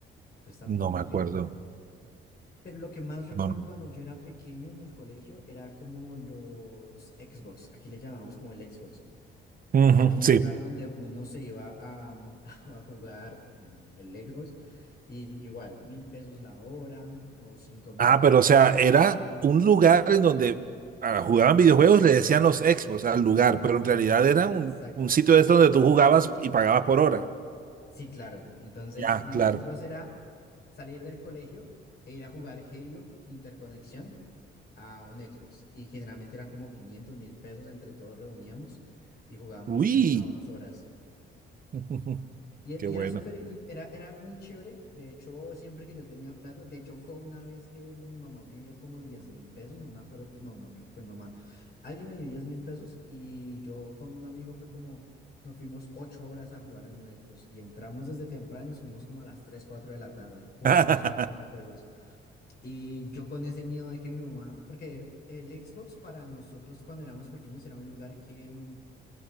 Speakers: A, on the left; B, on the right.
A: Entonces también
B: No
A: lo jugué.
B: me acuerdo.
A: Pero lo que más recuerdo
B: No, no.
A: cuando yo era pequeño en el colegio era como los Xbox, aquí le llamamos como el Xbox.
B: Ujú,
A: Y era un
B: sí.
A: lugar donde uno se iba a, mm, <laughs> a jugar, y bueno, el Xbox, y igual, mil pesos la hora o cinco mil
B: Ah,
A: pesos.
B: pero o sea, era un lugar en donde ah, jugaban videojuegos, le decían los expos al lugar, pero en realidad era un,
A: Exacto.
B: un sitio de estos donde tú jugabas y pagabas por hora.
A: Sí, claro. Entonces,
B: Ya,
A: nosotros
B: claro.
A: era salir del colegio e ir a jugar Halo Interconexión a un Xbox. Y generalmente eran como quinientos mil pesos entre todos reuníamos y jugábamos
B: Uy.
A: una o dos horas.
B: <laughs>
A: Y, e-
B: Qué
A: y
B: bueno.
A: era súper, in- era, era muy chévere. De hecho, siempre que yo tenía plata, de hecho fue una vez que mi mamá me dio como diez mil pesos, no me acuerdo, no, no creo que fue mi mamá. Alguien me dio diez mil pesos y yo con un amigo fue como, nos fuimos 8 horas a jugar en un Xbox y entramos desde temprano y subimos como a las tres 4 de la tarde jugando
B: <laughs>
A: solo videojuegos. Y yo con ese miedo de que mi mamá, porque el Xbox para nosotros cuando éramos pequeños era un lugar que... mm,